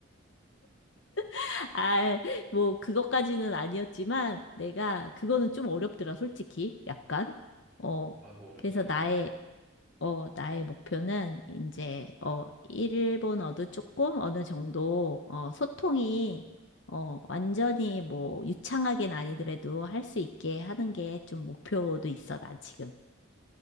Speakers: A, on the left; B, in the centre.
A: <laughs> 아, 뭐 그것까지는 아니었지만 내가 그거는 좀 어렵더라, 솔직히. 약간. 어.
B: 아, 그거 어렵지,
A: 그래서
B: 어렵지.
A: 나의 어, 나의 목표는 이제, 어, 일본어도 조금 어느 정도, 어, 소통이, 어, 완전히 뭐, 유창하게는 아니더라도 할 수 있게 하는 게 좀 목표도 있어, 나 지금.